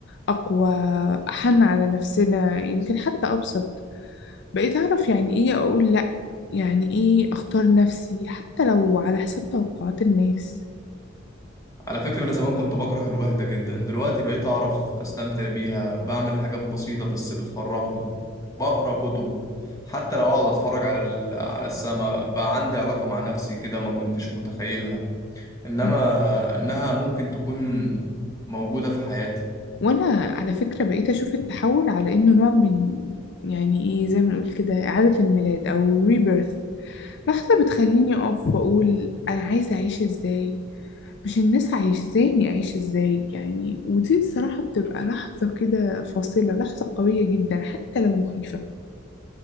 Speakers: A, on the left; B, on the left.
A: أقوى أحن على نفسنا يمكن حتى أبسط بقيت أعرف يعني إيه أقول لأ يعني إيه أختار نفسي حتى لو على حساب توقعات الناس
B: على فكرة انا زمان كنت بكره الوحدة جدا دلوقتي بقيت اعرف استمتع بيها بعمل حاجات بسيطة بس بتفرحني بقرا كتب حتى لو اقعد اتفرج على ال- على السما بقى عندي علاقة مع نفسي كده ما كنتش متخيلها انما
A: مم.
B: انها ممكن تكون موجودة في حياتي
A: وأنا على فكرة بقيت أشوف التحول على إنه نوع من يعني إيه زي ما نقول كده إعادة الميلاد أو ريبيرث لحظة بتخليني أقف وأقول أنا عايزة أعيش إزاي مش الناس عايش ازاي اعيش ازاي يعني ودي الصراحة بتبقى لحظة كده فاصلة لحظة قوية جدا حتى لو مخيفة